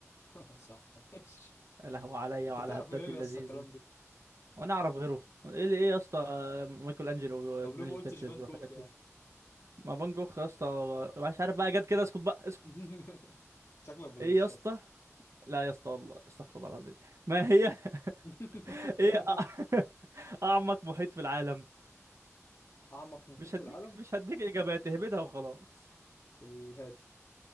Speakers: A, on the left (about 45°); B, on the right (about 65°).
A: <laughs> صح ماشي
B: له علي
A: انت
B: وعلى
A: تعرف
B: هبدتي
A: منين يسا
B: اللذيذه
A: الكلام ده
B: وانا اعرف غيره ايه اللي ايه يا اسطى آه، مايكل انجلو
A: طب
B: ونينجا
A: ليه ما قلتش
B: تيرتلز
A: فان
B: والحاجات
A: كوخ
B: دي
A: يعني
B: ما فان جوخ يا اسطى مش عارف بقى جت كده اسكت بقى اسكت
A: <laughs> شكلك بتغش
B: ايه يا اسطى
A: يسا
B: لا يا اسطى والله استغفر الله العظيم ما هي <laughs>
A: <laughs>
B: ايه أ- <laughs> اعمق محيط في العالم
A: أعمق محيط
B: مش
A: في
B: هديك
A: العالم
B: مش هديك اجابات اهبدها وخلاص
A: الهادي